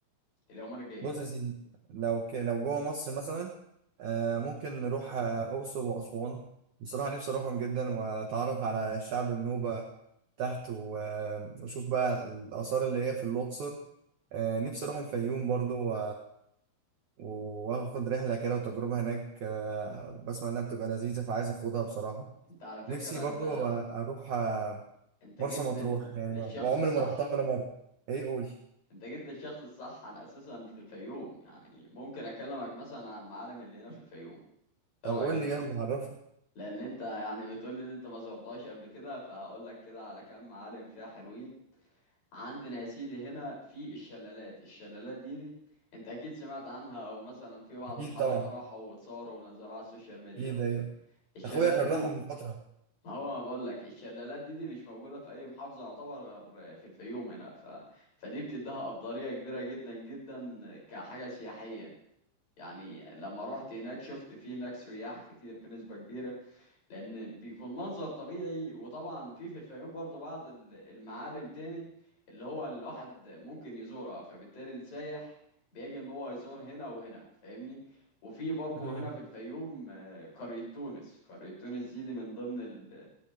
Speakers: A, on the left; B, on the right.
A: اليومين الجايين
B: بص يا سيدي لو ك... لو جوه مصر مثلا آه ممكن نروح آه، أقصر وأسوان بصراحة نفسي أروحهم جدا وأتعرف على الشعب النوبة تحت و- آه، وأشوف بقى الآثار اللي هي في الأقصر آه نفسي أروح الفيوم برضو و... و- وآخد رحلة كده وتجربة هناك آه بسمع إنها بتبقى لذيذة فعايز أخدها بصراحة
A: انت على فكره
B: نفسي برضو
A: انت
B: آه، أروح آه،
A: انت
B: مرسى
A: جيت
B: مطروح
A: لل...
B: يعني
A: للشخص
B: عمري
A: الصح
B: ما رحتها ولا مرة إيه قولي
A: انت جيت للشخص الصح انا اساسا في الفيوم يعني ممكن اكلمك مثلا على المعالم اللي هنا في الفيوم
B: طب
A: ايه رايك
B: قولي يلا عرفني
A: لان انت يعني بتقول لي ان انت ما زرتهاش قبل كده فاقول لك كده على كام معالم فيها حلوين عندنا يا سيدي هنا في الشلالات الشلالات دي, دي انت اكيد سمعت عنها او مثلا في بعض
B: أكيد
A: اصحابك
B: طبعا
A: راحوا واتصوروا ونزلوها على السوشيال ميديا
B: اكيد ايوه
A: الشلالات
B: اخويا كرهها
A: دي
B: من فتره
A: ما هو ما بقول لك الشلالات دي, دي مش موجودة في أي محافظة يعتبر غير في الفيوم هنا ف... فدي بتديها أفضلية كبيرة جدا جدا كحاجة سياحية يعني لما رحت هناك شفت في هناك سياح كتير بنسبة كبيرة لأن بيكون منظر طبيعي وطبعا في في الفيوم برضو بعض ال- المعالم تاني اللي هو الواحد ممكن يزورها فبالتالي السايح بيجي إن هو يزور هنا وهنا فاهمني وفي برضه
B: آه.
A: هنا في الفيوم آه، قرية تونس قرية تونس دي, دي من ضمن ال